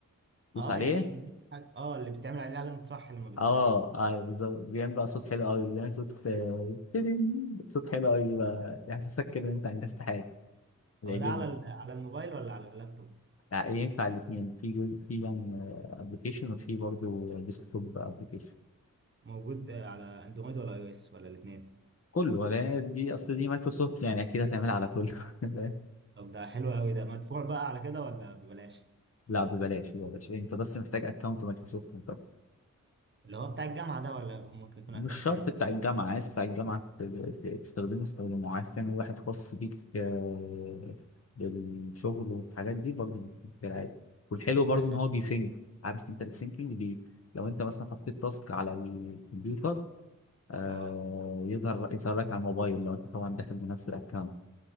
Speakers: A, on the left; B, on the right.
A: دوس
B: اه
A: عليه
B: يعني دي حاجة- اه اللي بتعمل عليه علامة صح لما بتدوس
A: اه
B: عليه
A: اه بالظبط بيعمل بقى صوت حلو قوي بيعمل صوت آه، تدين. صوت حلو قوي بقى يحسسك كده ان انت انجزت حاجه بيعجبني
B: هو ده على ال- على الموبايل ولا على اللابتوب؟
A: يع- ينفع الاثنين في جزء في يعني ابلكيشن وفي برضه ديسكتوب ابلكيشن
B: موجود آه، على اندرويد ولا اي او اس ولا الاثنين؟
A: كله ولا دي اصل دي مايكروسوفت يعني اكيد هتعملها على كله <laughs>
B: طب ده حلو قوي ده مدفوع بقى على كده ولا ببلاش؟
A: لا ببلاش ببلاش انت بس محتاج اكونت مايكروسوفت انت
B: اللي هو بتاع الجامعة ده ولا ممكن يكون
A: مش
B: اكونت
A: شرط
B: تاني؟
A: بتاع الجامعه عايز بتاع الجامعه ت- ت- تستخدمه استخدمه عايز تعمل واحد خاص بيك آه، بالشغل والحاجات دي برضه في العادي والحلو برضه
B: ده
A: ان
B: حلو
A: هو بيسync
B: أوي.
A: عارف انت السينكينج دي لو انت مثلا حطيت تاسك على الكمبيوتر آه
B: اه
A: يظهر يظهر لك على الموبايل لو انت طبعا داخل بنفس الاكونت